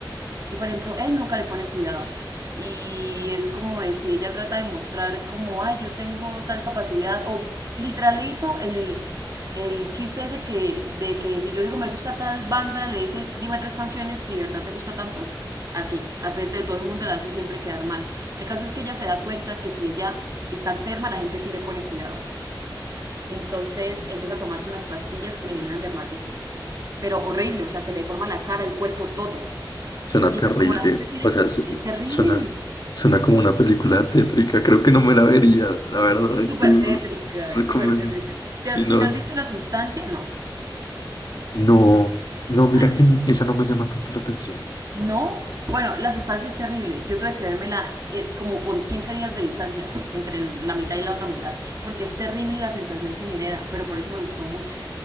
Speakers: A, on the right; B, on the left.
A: Y por ejemplo, él nunca le pone cuidado. Y es como de si ella trata de mostrar como, ay, yo tengo tal capacidad. O literal le hizo el, el chiste ese que, de que si yo digo me gusta tal banda, le dice, dime tres canciones, si de verdad te gusta tanto. Así, al frente de todo el mundo la hace siempre quedar mal. El caso es que ella se da cuenta que si ella está enferma, la gente sí le pone cuidado. Entonces empieza a tomarse unas pastillas que le generan dermatitis. Pero horrible, o sea, se le deforma la cara, el cuerpo, todo.
B: Suena
A: Y
B: terrible,
A: entonces como la gente sí le...
B: o sea, su-
A: Es terrible.
B: su- suena, suena como una película tétrica, creo que no me la vería, la verdad,
A: Es súper
B: tú
A: tétrica,
B: recomiendo,
A: es súper tétrica.
B: si
A: ¿Te has-
B: no,
A: si te has visto la sustancia, no.
B: no, no, mira
A: Ay,
B: que esa no me llama tanto la atención.
A: no. Bueno, la sustancia es terrible. Yo tuve que vérmela eh, como con 15 días de distancia entre la mitad y la otra mitad, porque es terrible la sensación que genera, pero por eso me gustó mucho.